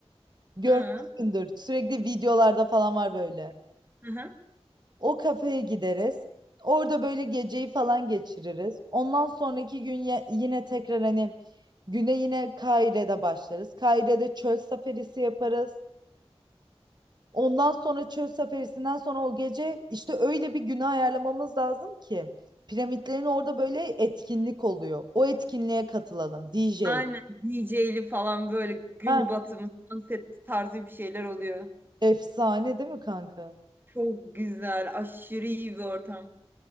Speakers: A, on the right (about 45°); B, on the right (about 20°).
A: Görmüşsündür.
B: Hı.
A: Sürekli videolarda falan var böyle.
B: Hı hı.
A: O kafeye gideriz. Orada böyle geceyi falan geçiririz. Ondan sonraki gün ye- yine tekrar hani güne yine Kaire'de başlarız. Kaire'de çöl safarisi yaparız. Ondan sonra çöl safarisinden sonra o gece işte öyle bir güne ayarlamamız lazım ki piramitlerin orada böyle etkinlik oluyor. O etkinliğe katılalım DJ.
B: Aynen DJ'li falan böyle gün
A: Ha,
B: batımı, sunset tarzı bir şeyler oluyor.
A: efsane değil mi kanka?
B: Çok güzel, aşırı iyi bir ortam.